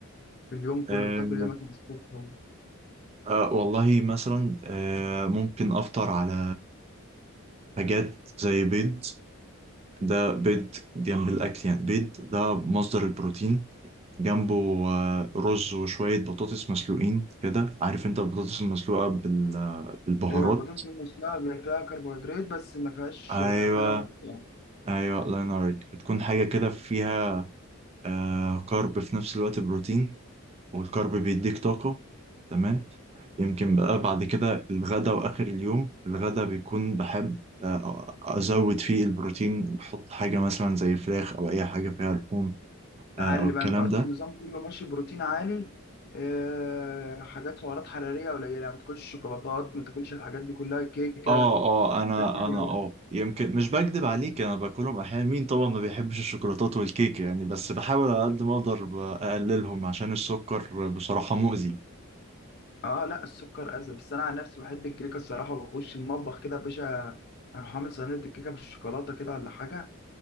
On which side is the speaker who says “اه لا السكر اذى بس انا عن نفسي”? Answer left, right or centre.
Left